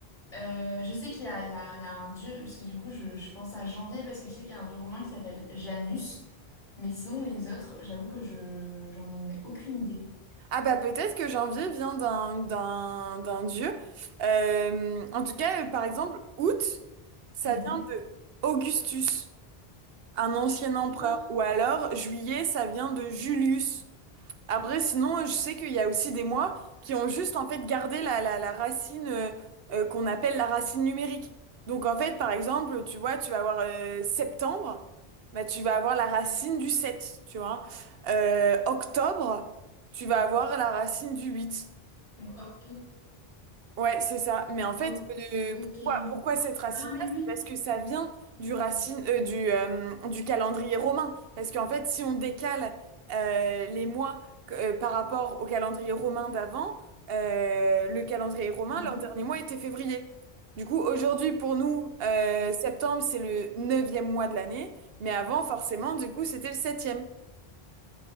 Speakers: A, on the left (about 55°); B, on the right (about 70°).
A: Euh, je sais qu'il y a, il y a- il y a un dieu, parce que du coup, je, je pense à janvier, parce que je sais qu'il y a un dieu romain qui s'appelle Janus. Mais sinon, les autres, j'avoue que je, j'en ai aucune idée.
B: Ah bah peut-être que janvier vient d'un d'un d'un dieu. Euh, en tout cas, euh, par exemple, août, ça
A: Mhm.
B: vient de Augustus, un ancien empereur,
A: D'accord.
B: ou alors juillet, ça vient de Julius. Après, sinon, je sais qu'il y a aussi des mois qui ont juste en fait gardé la, la, la racine euh, euh, qu'on appelle la racine numérique. Donc en fait, par exemple, tu vois, tu vas avoir euh, septembre, bah, tu vas avoir la racine du 7, tu vois. Euh, octobre, tu vas avoir la racine du 8.
A: Donc, octo-
B: Ouais, c'est ça. Mais en fait,
A: o-
B: euh,
A: ok.
B: pourquoi, pourquoi cette racine-là?
A: Ah, mais oui.
B: C'est parce que ça vient du racine, euh, du, euh, du calendrier romain. Parce qu'en fait, si on décale euh, les mois euh, par rapport au calendrier romain d'avant, euh, le calendrier romain,
A: Mhm.
B: leur dernier mois était février. Du coup, aujourd'hui, pour nous, euh,
A: Mm.
B: septembre, c'est le neuvième mois de l'année. Mais avant, forcément, du coup, c'était le septième.